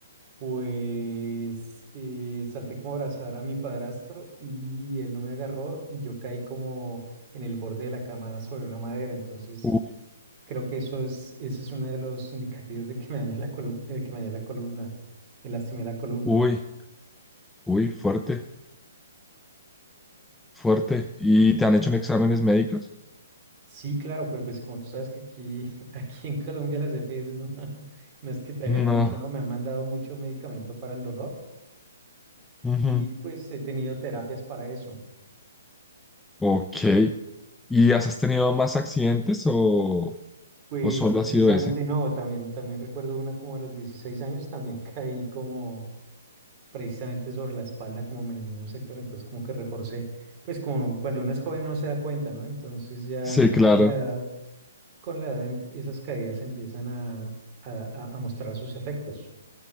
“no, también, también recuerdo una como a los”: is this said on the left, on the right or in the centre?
Right